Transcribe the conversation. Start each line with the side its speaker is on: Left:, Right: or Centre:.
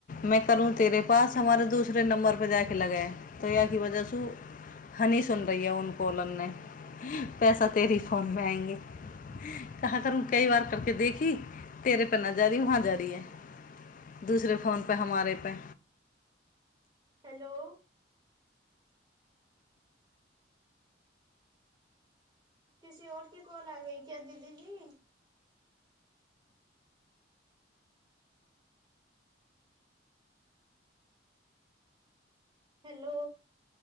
Left: मैं करूँ तेरे पास हमारे दूसरे नंबर पर जााकऽ लगए तो यह की वजहसँ ओ हनी सुन रहि है उ कॉलर नहि पैसा तेर फोनमे आएंगे। कहां करू कई बार करके देखी तेरे पर नहि जा रही है वहाँ जा री है दूसरे फोनपे हमारे पे
Right: हेलो किसी और क कॉल आ गई क्या दीदी जी हेलो